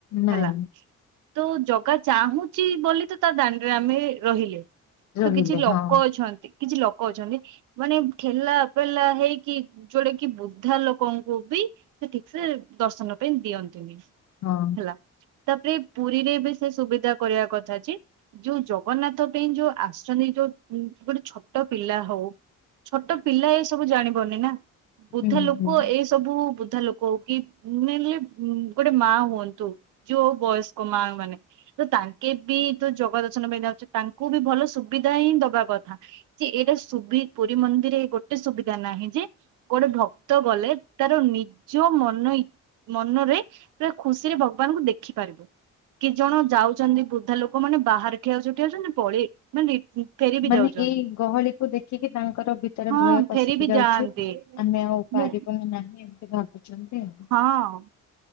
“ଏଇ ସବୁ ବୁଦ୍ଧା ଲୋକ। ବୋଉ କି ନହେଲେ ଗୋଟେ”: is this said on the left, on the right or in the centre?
Right